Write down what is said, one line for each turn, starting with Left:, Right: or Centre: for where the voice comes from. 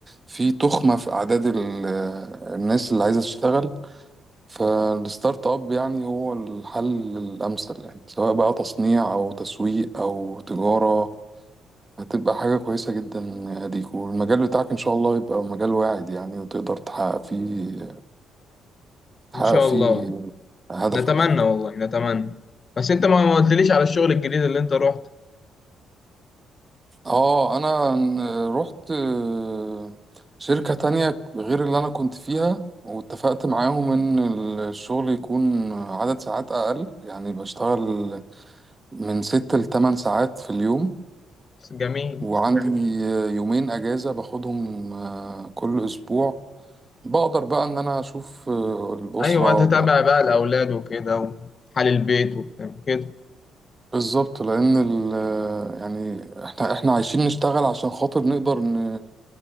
Right: في تخمة في أعداد ال- آه، الناس اللي عايزة تشتغل فالستارت أب يعني هو الحل الأمثل يعني سواء بقى تصنيع أو تسويق أو تجارة هتبقى حاجة كويسة جدا يا ديك والمجال بتاعك إن شاء الله يبقى مجال واعد يعني وتقدر تحقق فيه تحقق
Left: ان شاء
Right: فيه
Left: الله
Right: هدفك
Left: نتمنى
Right: يعني
Left: والله نتمنى بس انت ما ما قلتليش على الشغل الجديد اللي انت رحت
Right: اه أنا ن- رحت آه، شركة تانية غير اللي أنا كنت فيها واتفقت معاهم إن الشغل يكون عدد ساعات أقل يعني بشتغل من ست لتمن ساعات في اليوم
Left: بس جميل
Right: وعندي آه، يومين أجازة باخدهم آه، كل أسبوع بقدر بقى ان انا اشوف آه، الاسره
Left: ايوه تتابع بقى الاولاد وكده وحال البيت وبتاع كده
Right: بالظبط لان ال يعني احنا احنا عايشين نشتغل عشان خاطر نقدر ن-